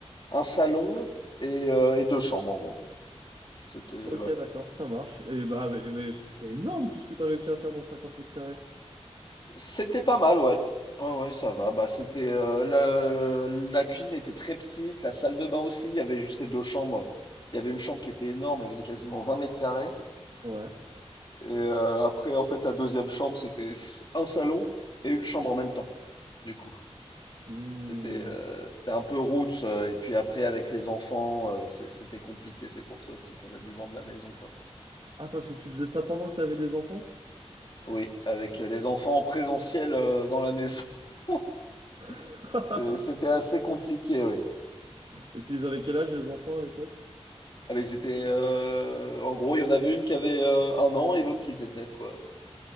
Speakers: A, on the left; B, on the right.
A: un salon et heu et 2 chambres en gros. C'était
B: Ok,
A: ouais,
B: d'accord, ça marche. Et bah, mais, mais c'est énorme tout ce que t'as réussi à faire dans cinquante mètres carrés.
A: c'était pas mal, ouais. Ouais, ouais, ça va. Bah, c'était, heu, le la cuisine était très petite, la salle de bain aussi, il y avait juste les 2 chambres. Il y avait une chambre qui était énorme, elle faisait quasiment 20 mètres carrés.
B: Ouais.
A: et heu, après en fait la deuxième chambre, c'était s un salon et une chambre
B: Ouais.
A: en même temps, du coup.
B: Hmm.
A: C'était, heu, c'était un peu roots, heu et puis après avec les enfants, heu, c'est c'était compliqué. C'est pour ça aussi qu'on a dû vendre la maison, quoi.
B: Ah, parce que tu faisais ça pendant que t'avais des enfants?
A: Oui, avec euh, les enfants en présentiel, heu, dans la maison. <laughs>
B: <laughs>
A: C'est c'était assez compliqué, oui.
B: Et puis, ils avaient quel âge les enfants à l'époque?
A: Ah, mais ils étaient, heu, en gros, il y en avait une qui avait, heu, 1 an et l'autre qui venait de naître, quoi,